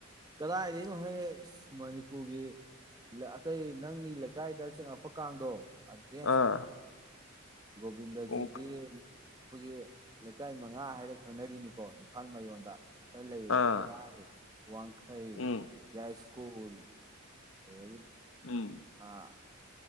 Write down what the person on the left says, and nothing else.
ꯑꯥ
ꯑꯣ
ꯑꯥ
ꯎꯝ
ꯎꯝ